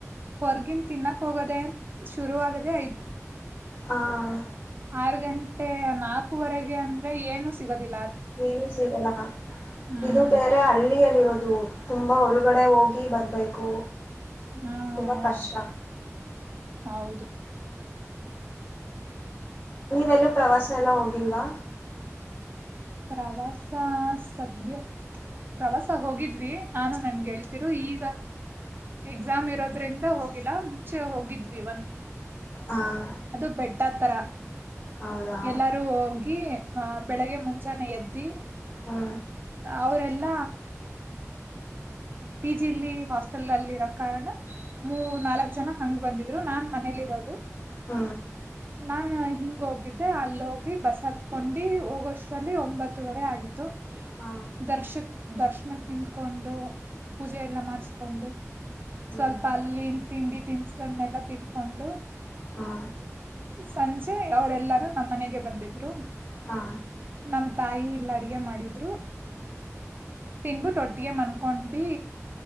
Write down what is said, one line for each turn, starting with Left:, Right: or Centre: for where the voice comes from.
Right: ಹೊರಗಿನ ತಿನ್ನಕ್ ಶುರುವಾಗೋದೇ
Left: ಹಾಂ
Right: ಆರುಗಂಟೆ ಮತ್ತೆ ನಾಲ್ಕುವರೆಗಂದ್ರೆ ಏನು ಸಿಗೋದಿ
Left: ಏನು ಸಿಗಲ್ಲ
Right: ಹ್ಮ್
Left: ಇದು ಬೇರೆ ಹಳ್ಳಿಯಲ್ಲಿ ಇರುವುದು. ತುಂಬಾ ಒಳಗಡೆ ಹೋಗಿ ಬರಬೇಕು.
Right: ಹ್ಮ್
Left: ತುಂಬಾ ಕಷ್ಟ.
Right: ಹೌದು
Left: ನೀವೆಲ್ಲ ಪ್ರವಾಸಕ್ಕೆ ಹೋಗಿಲ್ವಾ
Right: ಪ್ರವಾಸ ಸದ್ಯಕ್ಕೆ ಪ್ರವಾಸಕ್ಕೆ ಹೋಗಿದ್ವಿ, ನಾನು ನನ್ನ ಗೆಳತಿಯರು ಈಗ ಎಕ್ಸಾಮ್ ಇರುವುದರಿಂದ ಹೋಗಿಲ್ಲ ಮುಂಚೆ ಹೋಗಿದ್ವಿ
Left: ಹಾಂ
Right: ಅದು ಬೆಟ್ಟತ್ತರ
Left: ಹೌದಾ
Right: ಎಲ್ಲರೂ ಹೋಗಿ ಬೆಳಗ್ಗೆ ಈಗ್ತಾನೆ ಎತ್ತಿ
Left: ಹ್ಞೂ
Right: ಅವರೆಲ್ಲ ಪಿಜಿಯಲ್ಲಿ ಹಾಸ್ಟೆಲಲ್ಲಿ ಇರುವ ಕಾರಣ ನಾಲ್ಕು ಜನ ಹಂಗ್ ಬಂದಿರೋದು ನಾನು ಮನೇಲಿ ಇರೋದು
Left: ಹ
Right: ನಾನ್ ಹಿಂಗ್ ಹೋಗಿದ್ದೆ ಅಲ್ಲಿ ಹೋಗಿ ಬಸ್ ಹತ್ತಿಕೊಂಡು ಹೋಗುವ ಒಂಬತ್ತೂವರೆ ಆಗಿತ್ತು
Left: ಹಾ
Right: ದರ್ಶ ದರ್ಶನಕ್ಕೆ ನಿಂತ್ಕೊಂಡು ಪೂಜೆ ಎಲ್ಲ ಮಾಡಿಸ್ಕೊಂಡು
Left: ಹ್ಮ್
Right: ಸ್ವಲ್ಪ ಅಲ್ಲಿ ತಿಂಡಿ ತಿನಿಸಿದ್ದೆಲ್ಲನ್ನ ತಿನ್ಕೊಂಡು
Left: ಹಾ
Right: ಸಂಜೆ ಅವರೆಲ್ಲರೂ ನಮ್ಮ ಮನೆಗೆ ಬಂದಿದ್ದರು
Left: ಹಾ
Right: ನಮ್ ತಾಯಿ ಎಲ್ಲಾ ಅಡುಗೆ ಮಾಡಿದ್ದರು ತಿಂದು ಬಿಟ್ಟು ಒಟ್ಟಿಗೆ ಮಲ್ಕೊಂಡಿ